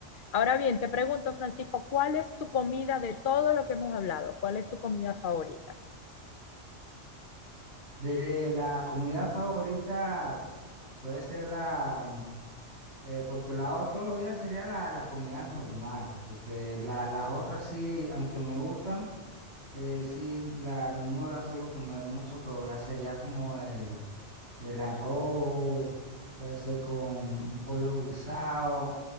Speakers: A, on the left; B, on the right.
A: Ahora bien, te pregunto, Francisco, ¿cuál es tu comida de todo lo que hemos hablado? ¿Cuál es tu comida favorita?
B: De la comida favorita puede ser la mm, Eh, porque lo hago todos los días sería la, la comida normal, porque la- las otras sí, aunque me gustan, eh, sí, la, no las suelo comer mucho, pero ya sería como el, el arroz, puede ser con un pollo guisado,